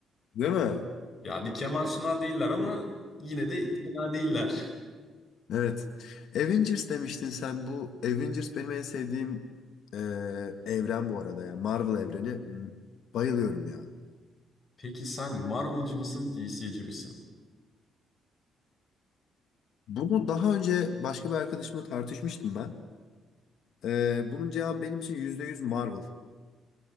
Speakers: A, on the left; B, on the left.
A: Değil mi?
B: Ya bir Kemal Sunal değiller ama yine de fena değiller.
A: Evet. Avengers demiştin sen. Bu Avengers benim en sevdiğim e, evren bu arada. Yani Marvel evreni. M- Bayılıyorum ya.
B: Peki sen Marvel'cı mısın, DC'ci misin?
A: Bunu daha önce başka bir arkadaşımla tartışmıştım ben. Ee, bunun cevabı benim için %100 Marvel.